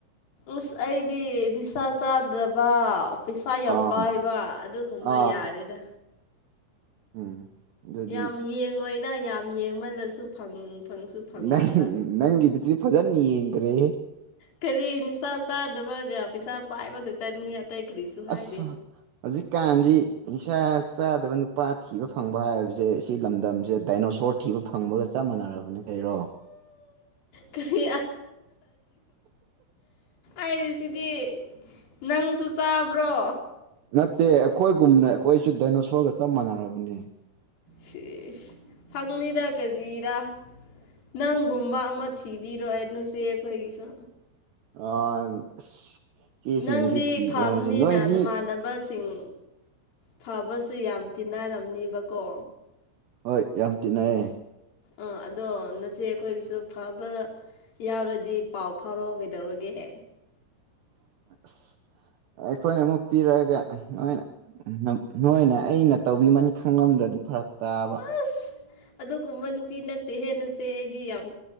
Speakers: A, on the left; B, on the right.
A: ꯎꯁ ꯑꯩꯗꯤ ꯗꯤꯁꯥ ꯆꯥꯗ꯭ꯔꯕ ꯄꯩꯁꯥ ꯌꯥꯝ
B: ꯑꯥ
A: ꯄꯥꯏꯕ ꯑꯗꯨꯒꯨꯝꯕ
B: ꯑꯥ
A: ꯌꯥꯔꯦꯗ
B: ꯎꯝ ꯑꯗꯨꯗꯤ
A: ꯌꯥꯝ ꯌꯦꯡꯉꯣꯏꯗ ꯌꯥꯝ ꯌꯦꯡꯃꯜꯂꯁꯨ ꯐꯪ ꯐꯪꯁꯨ ꯐꯪꯉꯣꯏꯕ
B: ꯅꯪ ꯅꯪꯒꯤꯗꯨꯗꯤ ꯐꯖꯅ ꯌꯦꯡꯈ꯭ꯔꯦ
A: ꯀꯔꯤ ꯅꯤꯁꯥ ꯆꯥꯗꯕꯒ ꯄꯩꯁꯥ ꯄꯥꯏꯕ ꯈꯛꯇꯅꯤ ꯑꯇꯩ ꯀꯔꯤꯁꯨ ꯍꯥꯏꯗꯦ
B: ꯑꯁ ꯍꯧꯖꯤꯛ ꯀꯥꯟꯥꯟꯗꯤ ꯏꯁꯥ ꯆꯥꯗꯕ ꯅꯨꯄꯥ ꯊꯤꯕ ꯐꯪꯕ ꯍꯥꯏꯕꯁꯦ ꯁꯤ ꯂꯝꯗꯝꯁꯦ ꯗꯥꯏꯅꯣꯁꯣꯔ ꯊꯤꯕ ꯐꯪꯕꯒ ꯆꯞ ꯃꯥꯟꯅꯔꯕꯅꯦ ꯀꯩꯔꯣ
A: ꯀꯔꯤ ꯑꯔꯤ ꯁꯤꯗꯤ ꯅꯪꯁꯨ ꯆꯥꯕ꯭ꯔꯣ
B: ꯅꯠꯇꯦ ꯑꯩꯈꯣꯏꯒꯨꯝꯅ ꯑꯩꯈꯣꯏꯁꯨ ꯗꯥꯏꯅꯣꯁꯣꯔꯒ ꯆꯞ ꯃꯥꯟꯅꯔꯕꯅꯦ
A: ꯁꯤꯁ ꯐꯪꯅꯤꯗ ꯀꯔꯤꯔ ꯅꯪꯒꯨꯝꯕ ꯃ ꯊꯤꯕꯤꯔꯣꯅꯣ ꯁꯤꯦ ꯑꯣꯏꯣꯏꯒꯤꯁꯣ
B: ꯑ ꯆꯦꯁꯤꯡꯗꯤ
A: ꯅꯪꯗꯤ
B: ꯊꯤꯕ
A: ꯐꯕꯅꯤꯅ
B: ꯍꯥꯏꯁꯦ ꯅꯣꯏꯗꯤ
A: ꯅꯃꯥꯟꯅꯕꯁꯤꯡ ꯐꯕꯁꯨ ꯌꯥꯝ ꯇꯤꯟꯅꯔꯝꯅꯤꯕꯀꯣ
B: ꯍꯣꯏ ꯌꯥꯝ ꯇꯤꯟꯅꯑꯌꯦ
A: ꯑ ꯑꯗꯣ ꯅꯆꯦ ꯑꯩꯈꯣꯏꯒꯤꯁꯨ ꯐꯕ ꯌꯥꯎꯔꯗꯤ ꯄꯥꯎ ꯐꯥꯎꯔꯣ ꯀꯩꯗꯧꯔꯒꯦ
B: <unintelligible> ꯑꯩꯈꯣꯏꯅ ꯑꯃꯨꯛ ꯄꯤꯔꯛꯑꯒ ꯅꯣꯏꯅ ꯅꯣꯏꯅ ꯑꯩꯅ ꯇꯧꯕꯤꯃꯟ ꯈꯪꯂꯝꯗ꯭ꯔꯗꯤ ꯐꯔꯛ ꯇꯥꯕ
A: ꯑꯁ ꯑꯗꯨꯒꯨꯝꯕ ꯅꯨꯄꯤ ꯅꯠꯇꯦ ꯍꯦꯟꯅꯁꯦ ꯑꯩꯗꯤ ꯌꯥꯝ